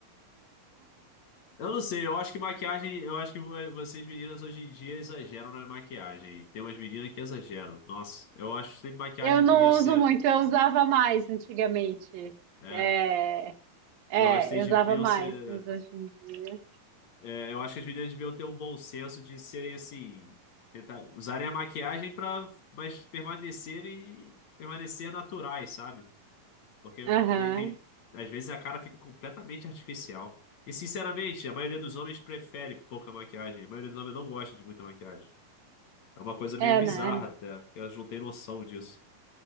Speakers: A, on the left; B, on the right.
A: Eu não sei, eu acho que maquiagem, eu acho que vo- vocês meninas hoje em dia exageram na maquiagem. Tem umas meninas que exageram. Nossa, eu acho que maquiagem
B: Eu
A: devia
B: não
A: ser.
B: uso muito, eu usava mais antigamente.
A: É,
B: É, é,
A: eu acho que vocês
B: eu usava
A: deviam
B: mais,
A: ser.
B: mas hoje em dia.
A: é, eu acho que as meninas deviam ter um bom senso de serem assim. Tentar, usarem a maquiagem para mas permanecerem, permanecer naturais, sabe? Porque
B: Aham.
A: daí tem. Às vezes a cara fica completamente artificial. E sinceramente, a maioria dos homens prefere pouca maquiagem. A maioria dos homens não gosta de muita maquiagem. É uma coisa meio
B: É,
A: bizarra
B: né?
A: até. que Elas não têm noção disso.